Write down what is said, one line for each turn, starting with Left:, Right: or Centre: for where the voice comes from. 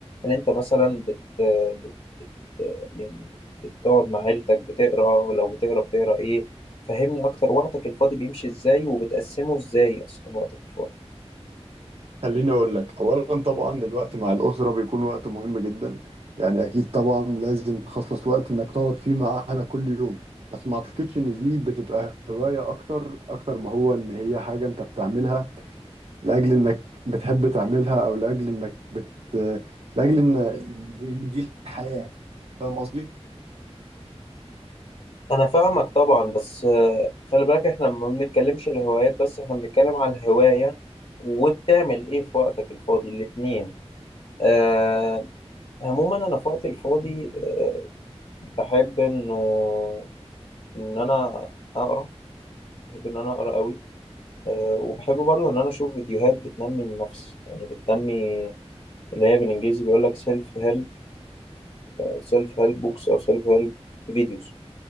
Left: ان انت مثلا بت, بت... بت... يعني بتقعد مع عيلتك بتقرا ولو بتقرا بتقرا ايه فهمني أكتر وقتك الفاضي بيمشي إزاي وبتقسمه إزاي أصلا وقتك الفاضي
Right: خليني اقول لك اولا طبعا الوقت مع الاسره بيكون وقت مهم جدا يعني اكيد طبعا لازم تخصص وقت انك تقعد فيه مع اهلك كل يوم بس ما اعتقدش ان دي بتبقى هوايه اكتر اكتر ما هو ان هي حاجه انت بتعملها لاجل انك بتحب تعملها او لاجل انك بت لاجل ان ان دي الحياه فاهم قصدي
Left: أنا فاهمك طبعا بس آه، خلي بالك إحنا ما بنتكلمش الهوايات بس إحنا بنتكلم على الهواية وبتعمل إيه في وقتك الفاضي الاتنين آه عموما أنا في وقتي الفاضي آه بحب إنه إن أنا أقرأ بحب إن أنا أقرأ أوي آه وبحب برضه إن أنا أشوف فيديوهات بتنمي النفس يعني بتنمي اللي هي بالإنجليزي بيقول لك سيلف هيلب سيلف هيلب بوكس أو سيلف هيلب فيديوز